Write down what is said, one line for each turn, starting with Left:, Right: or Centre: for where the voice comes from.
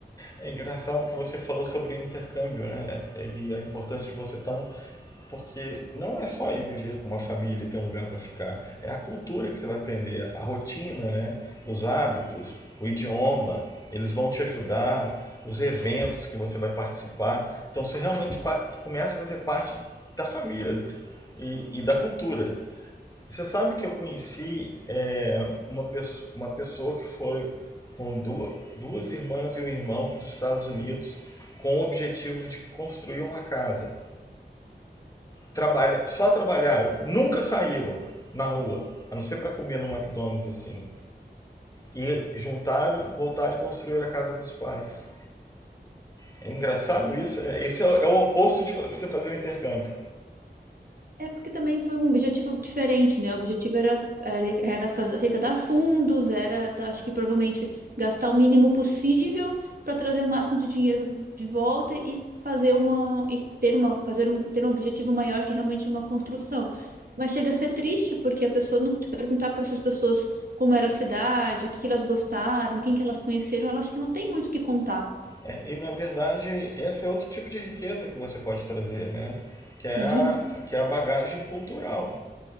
Left: É engraçado que você falou sobre o intercâmbio, né? E a importância de você estar. No... Porque não é só ir viver com uma família e ter um lugar para ficar. É a cultura que você vai aprender, a rotina, né? Os hábitos, o idioma. Eles vão te ajudar, os eventos que você vai participar. Então você realmente começa a fazer parte da família né? e, e da cultura. Você sabe que eu conheci é, uma, pesso- uma pessoa que foi com duas, duas irmãs e um irmão para os Estados Unidos com o objetivo de construir uma casa. Trabalha, só trabalharam, nunca saíram na rua, a não ser para comer no McDonald's assim. E juntaram, voltaram e construíram a casa dos pais. É engraçado isso. é- Esse é, o- é o oposto de fa- você fazer um intercâmbio.
Right: É porque também foi um objetivo diferente, né? O objetivo era, era, era fazer, arrecadar fundos, era, tá, acho que provavelmente gastar o mínimo possível para trazer o máximo de dinheiro de volta e fazer uma e ter uma fazer um ter um objetivo maior que realmente uma construção. Mas chega a ser triste porque a pessoa não te perguntar para essas pessoas como era a cidade, o que que elas gostaram, quem que elas conheceram, elas acho que não tem muito o que contar.
Left: É, e na verdade, esse é outro tipo de riqueza que você pode trazer, né? Que é
Right: Sim.
Left: a, que é a bagagem cultural.